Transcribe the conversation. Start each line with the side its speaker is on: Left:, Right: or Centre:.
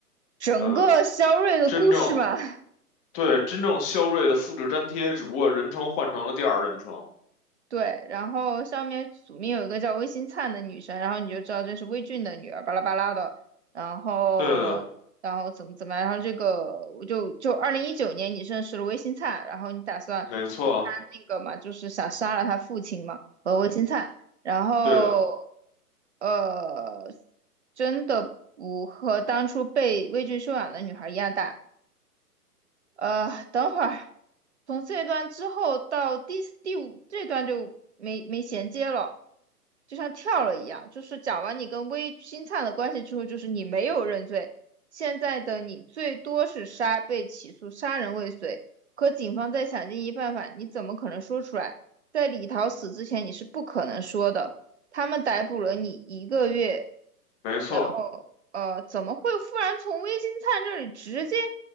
Right: 整个肖瑞的故事嘛，
Left: 呃，真正
Right: <laughs>
Left: 对真正肖瑞的复制粘贴，只不过人称换成了第二人称。
Right: 对，然后上面署名有一个叫魏新灿的女生，然后你就知道这是魏俊的女儿，巴拉巴拉的。然后，
Left: 对的，
Right: 然后怎么怎么样？然后这个我就就二零一九年你认识了魏新灿，然后你打算跟他那个嘛，
Left: 没错，
Right: 就是想杀了他父亲嘛，和魏新灿。然后，
Left: 对的，
Right: 呃，真的不和当初被魏俊收养的女孩一样大。呃，等会儿，从这段之后到第第五这段就没没衔接了，就像跳了一样。就是讲完你跟微星灿的关系之后，就是你没有认罪，现在的你最多是杀，被起诉杀人未遂。可警方在想尽一切办法，你怎么可能说出来？在李桃死之前，你是不可能说的。他们逮捕了你一个月。
Left: 没错。
Right: 呃呃，怎么会忽然从微金灿这里直接